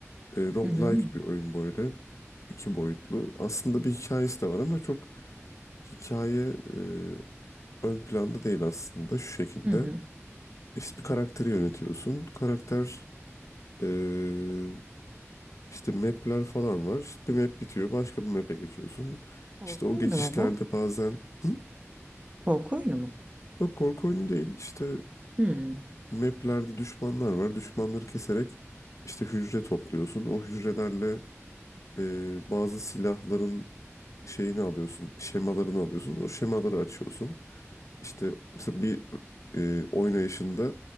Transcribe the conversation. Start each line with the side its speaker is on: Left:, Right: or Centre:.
Left: Eee roguelike
Right: Hı hı.
Left: bir oyun böyle. İki boyutlu. Aslında bir hikayesi de var ama çok hikaye eee, ön planda değil aslında şu şekilde.
Right: Hı hı.
Left: İşte bir karakteri yönetiyorsun. Karakter eee, İşte map'ler falan var. İşte bir map bitiyor. Başka bir map'e geçiyorsun.
Right: Korku
Left: İşte o
Right: oyunu
Left: geçişlerde
Right: mu bu?
Left: bazen Hı?
Right: Korku oyunu mu?
Left: Yok korku oyunu değil. İşte
Right: Hı.
Left: e, map'lerde düşmanlar var. Düşmanları keserek işte hücre topluyorsun. O hücrelerle e, bazı silahların şeyini alıyorsun. Şemalarını alıyorsun. O şemaları açıyorsun. İşte
Right: Hı hı.
Left: mesela bir e, oynayışında